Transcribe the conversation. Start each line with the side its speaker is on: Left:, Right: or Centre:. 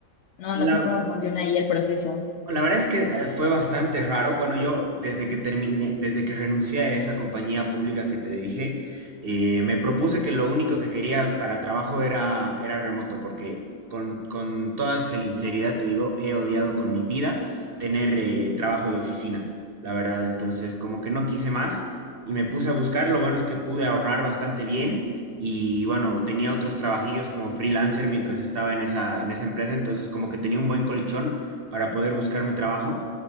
Left: no,
Right: La,
Left: no sé cómo funciona ahí el proceso.
Right: la verdad es que eh, fue bastante raro. Bueno, yo desde que terminé, desde que renuncié a esa compañía pública que te dije, eh, me propuse que lo único que quería para trabajo era, era remoto, porque con, con toda sinceridad te digo, he odiado con mi vida tener eh, trabajo de oficina, la verdad. Entonces, como que no quise más y me puse a buscar. Lo bueno es que pude ahorrar bastante bien. Y bueno, tenía otros trabajillos como freelancer mientras estaba en esa, en esa empresa, entonces como que tenía un buen colchón para poder buscarme trabajo.